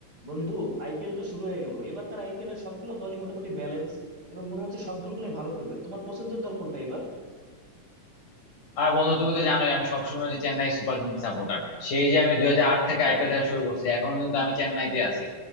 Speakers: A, on the right; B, on the left.
A: বন্ধু আইপিএল তো শুরু হয়ে গেল এবারকার আইপিএল এর সবগুলো দলই মোটামুটি ব্যালেন্স এবং মনে হচ্ছে সব দলগুলোই ভালো খেলবে তোমার পছন্দের দল কোনটা এবার
B: আর বন্ধু তুমি তো জানোই আমি সবসময় হচ্ছে চেন্নাই সুপার কিংস সাপোর্টার সেই যে আমি দুই হাজার আট থেকে আইপিএল দেখা শুরু করছি এখনো কিন্তু আমি চেন্নাইতে আছি